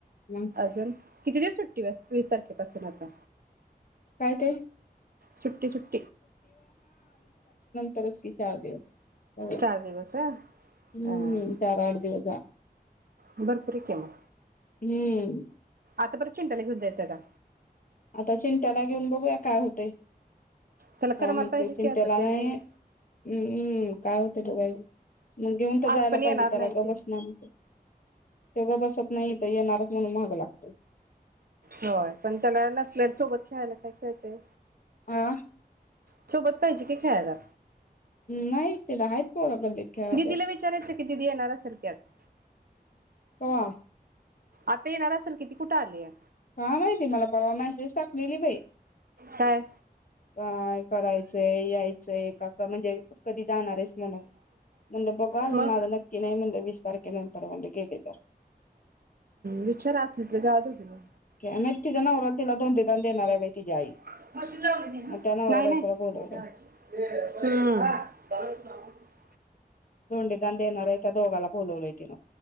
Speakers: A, on the left; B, on the right.
A: मग
B: अजून किती दिवस सुट्टी वीस तारखेपासून आता
A: काय ते?
B: सुट्टी सुट्टी
A: तरच की चार दिवस हो हम्म
B: चार दिवस हा हा
A: चार आठ दिवस ह
B: भरपूर की मग
A: ह्ं
B: आता परत चिंटाला घेऊ जायचंय का
A: आता चिंट्याला घेऊन बघूया काय होतय?
B: त्याला
A: ह
B: करमाला
A: मग
B: पाहिजे
A: ते चिंट्याला
B: की आता ते
A: नाहीे
B: नाही
A: हम्म काय होतेय बघूया की. मग घेऊन तर
B: आज
A: जायला
B: पण येणार
A: पाहिजे त्याला
B: नाही
A: गबसणारत
B: ते
A: तो गप्प बस नाही तर येणारच म्हणून महाग लागत.
B: होय पण त्याला नसल्या सोबत खेळायला काय खळते.
A: हां
B: सोबत पाहिजे की खेळायला.
A: नाही तीथ आहेत पोर गल्लीत खेळाय
B: दिदीला
A: त्याला
B: विचारायचं की दिदी येणार असेल की आता
A: कवा
B: आता येणार असेल किती कुठं आलीय
A: हा माहिती मला परवा मॅसेज टाकलेली बाई
B: काय
A: काय कराय ते <unintelligible> का म्हणजे कधी जाणारच म्हणून म्हणलं बघु अजून
B: मग
A: माझं नक्की नाही म्हणल तारखेनंतर म्हणलं गेलेतर.
B: विचार असेल तर जातोत मग.
A: काय माहितीचा नवरा तिला धोंडदान देणारय बाई. तिची आई.
B: नाही
A: मग त्या नवरा बायकोला
B: नाही
A: बोलवलंय
B: हम्म
A: धोंडेदान देणार आहे त्या दोघाला बोलवलंय तिनं